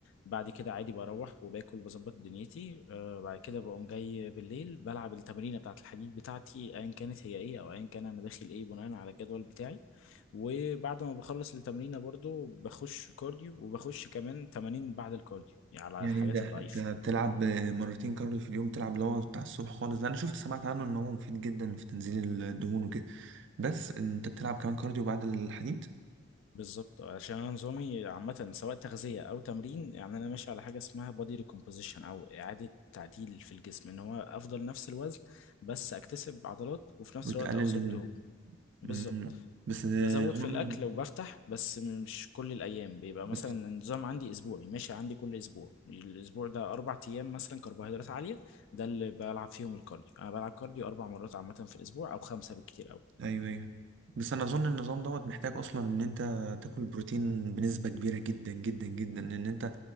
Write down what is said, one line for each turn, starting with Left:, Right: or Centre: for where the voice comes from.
Left: بعد كده عادي بروح وباكل بظبط دنيتي آه، بعد كده بقوم جاي بالليل بلعب التمرينة بتاعة الحديد بتاعتي ايا كانت هي ايه او ايا كان انا داخل ايه بناء على الجدول بتاعي وبعد ما بخلص التمرينة برضو بخش كارديو وبخش كمان تمارين بعد الكارديو يعني على
Right: يعني
Left: الحاجات
Right: ده
Left: الضعيفة
Right: انت بتلعب آه، مرتين كارديو في اليوم بتلعب اللي هو بتاع الصبح خالص ده انا شفت سمعت عنه ان هو مفيد جدا في تنزيل الدهون وكده بس انت بتلعب كمان كارديو بعد الحديد
Left: بالظبط عشان انا نظامي عامة سواء تغذية او تمرين يعني انا ماشي على حاجة اسمها body recomposition او اعادة تعديل في الجسم ان هو افضل نفس الوزن بس اكتسب عضلات وفي نفس
Right: وتقلل
Left: الوقت اخسر
Right: الدهون
Left: دهون بالظبط
Right: مم. بس آه،
Left: بزود
Right: اظن
Left: في الاكل وبفتح بس مش كل الايام بيبقى مثلا
Right: بس
Left: النظام عندي اسبوعي ماشي عندي كل اسبوع الاسبوع ده اربع ايام مثلا كربوهيدرات عالية ده اللي بلعب فيهم الكارديو انا بلعب كارديو اربع مرات عامة في الاسبوع او خمسة بالكتير أوي.
Right: ايوه ايوه بس انا اظن النظام دوت محتاج اصلا ان انت تاكل بروتين بنسبه كبيره جدا جدا جدا ان انت